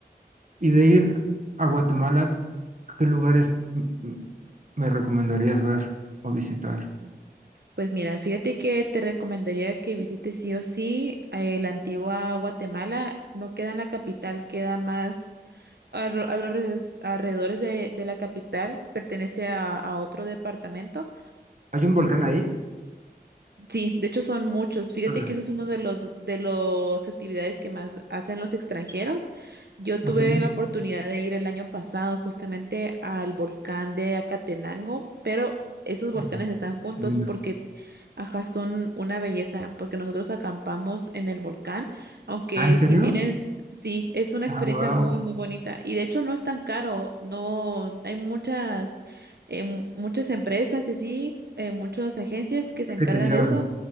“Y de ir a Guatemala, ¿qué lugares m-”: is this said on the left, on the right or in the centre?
Right